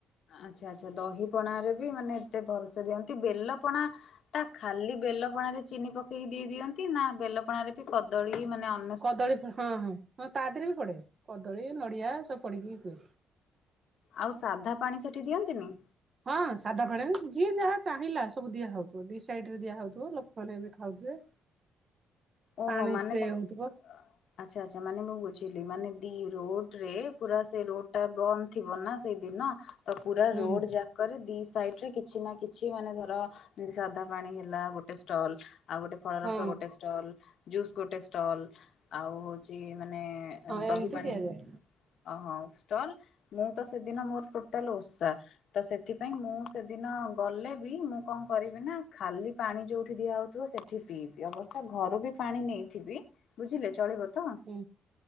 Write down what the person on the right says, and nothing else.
କଦଳୀ ହଁ ହଁ ହଁ ତା ଦେହରେ ବି ପଡେ କଦଳୀ ନଡିଆ ସବୁ ପଡିକିି ହୁଏ।
ହଁ ସାଧା ପାଣି ଯିଏ ଯାହା ଚାହିଁଲା ସବୁ ଦିଆ ହଉଥିବ ଦି ସାଇଡ ରେ ଦିଆ ହଉଥିବ ଲୋକମାନେ ବି ଖାଉଥିବେ।
ପାଣି
ସ୍ପ୍ରେ
ହଉଥିବ
ହୁଁ
ହଁ
ହଁ
ଏମିତି
ଦିଆଯାଏ
ହୁଁ